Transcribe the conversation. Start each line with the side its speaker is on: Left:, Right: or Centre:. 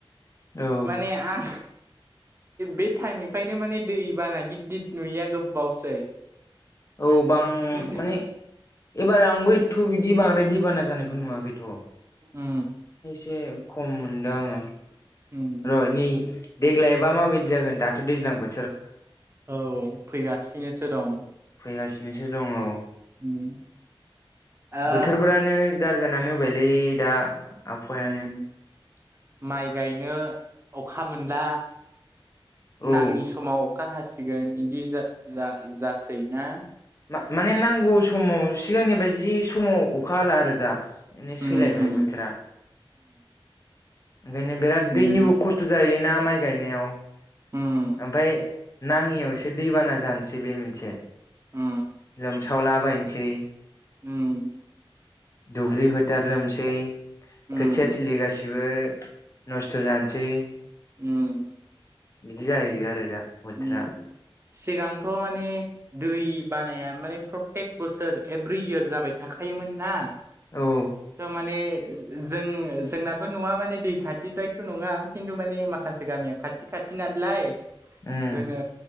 Left: औ
Right: माने आं बे टाइमनिफ्रायनो माने दैबाना गिदिद नुयिया गोबावसै।
Left: औ बां
Right: खिन्थु
Left: माने एबारे आंबो थ' बिदि बांद्राय दिबाना जानायखौ नुवाखैथ'!
Right: उम
Left: एसे खम मोनदों आंङो
Right: उम
Left: र' नै देग्लाय बा माबायदि जागोन दाथ' दैज्लांबो
Right: औ फैगासिनोसो दं।
Left: फैगासिनोसो दङ औ।
Right: उम ओ
Left: बोथोरफोरानो गाज्रि जानानै होबायलै दा आफायानो
Right: उम माइ गायनो अखा मोनला
Left: औ
Right: नाङि समाव अखा हासिगोन इदि जा-जा-जासै ना
Left: मा-माने नांगौ समाव सिगांनि बायदि समाव अखा हाला आरो दा। माने
Right: उम
Left: सोलायबाय
Right: उम
Left: बोथोरा। ओंखायनो बिराद
Right: उम
Left: दैनिबो खस्थ' जायोना माइ गायनायाव ओमफ्राय
Right: उम
Left: नाङियावसो दैबाना जानोसै बे मोनसे।
Right: उम
Left: लोमसावलाबायनोसै
Right: ओम।
Left: दुब्लि फोथार लोमसै
Right: उम
Left: खोथिया थिलि गासि बो नस्थ' जानोसै,
Right: ओम
Left: बिदि जाहैयो आरो दा बोथोरा
Right: ओम सिगां थ' माने दै बानाया माने प्रतेक बोसोर एभ्रि इयार जाबाय थाखायोमोन ना
Left: औ
Right: खो माने ओ जों- जोंनाबो न'आ माने दै खाथि द्रायथ' नङा खिन्थु माने माखासे गामिया खाथि-खाथिनालाय
Left: उम
Right: जोंङो